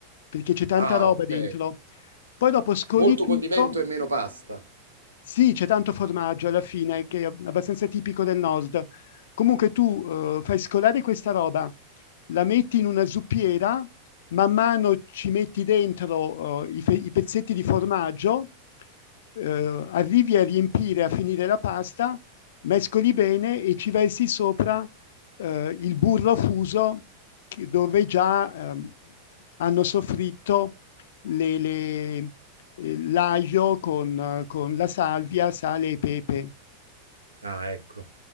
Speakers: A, on the left (about 55°); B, on the right (about 75°).
A: perché c'è tanta
B: Ah,
A: roba
B: ok.
A: dentro. Poi dopo scoli
B: Molto
A: tutto,
B: condimento e meno pasta.
A: sì, c'è tanto formaggio alla fine che è abbastanza tipico del Nord. Comunque tu, uhm, fai scolare questa roba, la metti in una zuppiera, man mano ci metti dentro, uhm, i fe i pezzetti di formaggio, uhm, arrivi a riempire, a finire la pasta, mescoli bene e ci versi sopra, uhm, il burro fuso che dove già, uhm, hanno soffritto le le eh, l'aglio con, con la salvia, sale e pepe.
B: Ah, ecco.